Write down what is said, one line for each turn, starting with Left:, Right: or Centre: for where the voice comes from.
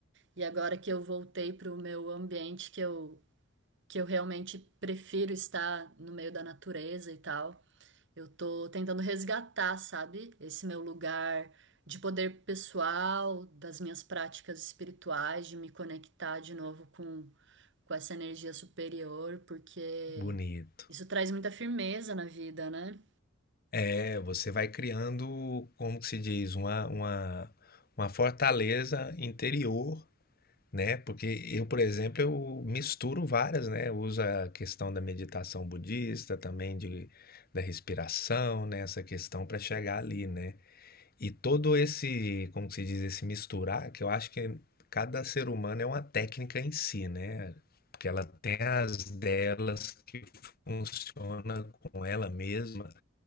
Right: E agora que eu voltei para o meu ambiente que eu que eu realmente prefiro estar no meio da natureza e tal. Eu tô tentando resgatar, sabe, esse meu lugar de poder pessoal, das minhas práticas espirituais, de me conectar de novo com, com essa energia superior, porque
Left: bonito.
Right: isso traz muita firmeza na vida, né?
Left: É, você vai criando, como que se diz, uma, uma, uma fortaleza interior, né? Porque eu, por exemplo, eu misturo várias, né? Eu uso a questão da meditação budista, também de, da respiração, né? Essa questão para chegar ali, né? E todo esse, como que se diz, esse misturar, que eu acho que cada ser humano é uma técnica em si, né? Porque ela tem as delas que funciona com ela mesma